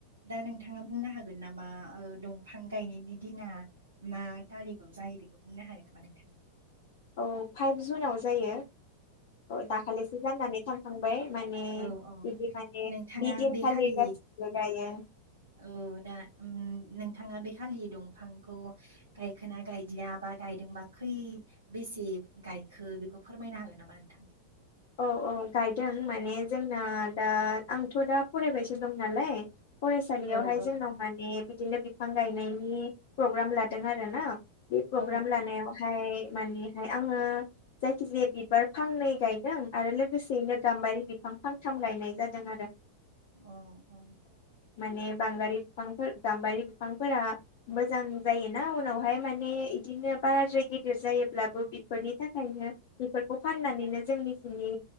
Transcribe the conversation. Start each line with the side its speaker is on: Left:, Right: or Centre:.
Right: दा नोंथाङा बुंनो हा नामा दंफां गायनायनि दिना मा टारिगाव जायो बेखौ बुंनो हागोन नामा नोंथां?
Left: <inaudible> औ फाइभ जुनाव जायो औ दाखालिसो जानानै थांखांबाय। माने
Right: औ औ
Left: बिदि माने
Right: नोंथाङा
Left: बिदिनखालि
Right: बे खालि
Left: गासिबो गायो
Right: औ दा नोंथाङा बे खालि दं- फांखौ गायखोना गायदिया बा गायदोंबा खै बेसे गायखो? बेखौ फोरमायनो हागोन नामा नोंथां?
Left: औ औ गायदों माने जोंना दा आंथ दा फरायबायसो दं नालाय फरायसालियावहाय
Right: औ औ
Left: जोंनाव माने बिदिनो बिफां गायनायनि प्रग्राम लादों आरो ना बे प्रग्राम
Right: औ
Left: लानायावहाय मानेहाय आङो जायखिजाया बिबार फांनै गाय दों आरो लोगोसेयैनो गाम्बारि बिफां फांथाम गायनाय जादों आरो।
Right: औ औ
Left: माने बांगांगारि बिफांफोर गाम्बारि बिफांफोरा मोजां जायोना उनावहाय माने बिदिनो बाराद्राय गेदेर जायोब्लाबो बेफोरनि थाखायनो बेफोरखौ फाननानैनो जोंनि जोंनि